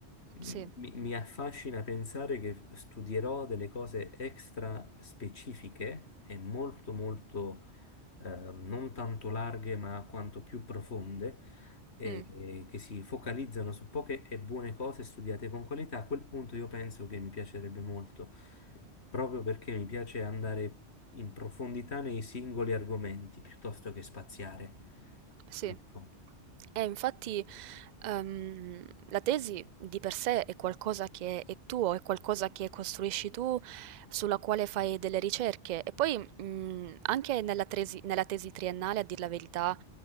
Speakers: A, on the left; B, on the right.
A: Mi,
B: Sì.
A: mi affascina pensare che studierò delle cose extra specifiche e molto molto eh, non tanto larghe ma quanto più profonde e,
B: Mh.
A: e che si focalizzano su poche e buone cose studiate con qualità. A quel punto io penso che mi piacerebbe molto, proprio perché mi piace andare in profondità nei singoli argomenti piuttosto che spaziare.
B: Sì.
A: Ecco.
B: E infatti, ehm, la tesi di per sé è qualcosa che è tuo, è qualcosa che costruisci tu, sulla quale fai delle ricerche. E poi, mh, anche nella tesi, nella tesi triennale, a dir la verità,